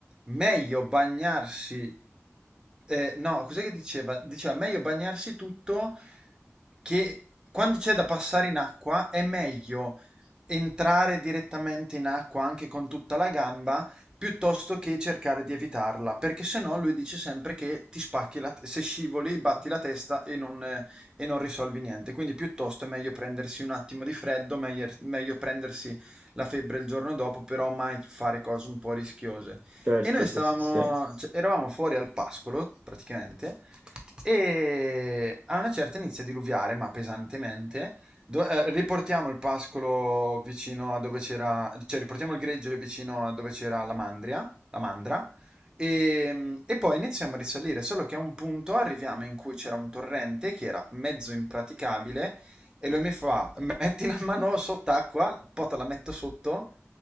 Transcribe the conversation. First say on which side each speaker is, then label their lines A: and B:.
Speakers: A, on the right; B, on the right.
A: meglio bagnarsi eh, no, cos'è che diceva? Diceva meglio bagnarsi tutto che quando c'è da passare in acqua è meglio entrare direttamente in acqua anche con tutta la gamba piuttosto che cercare di evitarla, perché se no lui dice sempre che ti spacchi la te- se scivoli, batti la testa e non, eh, e non risolvi niente. Quindi piuttosto è meglio prendersi un attimo di freddo, meglio meglio prendersi la febbre il giorno dopo, però mai fare cose un po' rischiose.
B: Certo,
A: E noi
B: sì,
A: stavamo,
B: sì, sì.
A: cioè, eravamo fuori al pascolo, praticamente, e a una certa inizia a diluviare, ma pesantemente. Do- eh, riportiamo il pascolo vicino a dove c'era, cioè riportiamo il greggio vicino a dove c'era la mandria, la mandra, e, e poi iniziamo a risalire, solo che a un punto arriviamo in cui c'era un torrente che era mezzo impraticabile, e lui mi fa, metti la mano sott'acqua, poi te la metto sotto,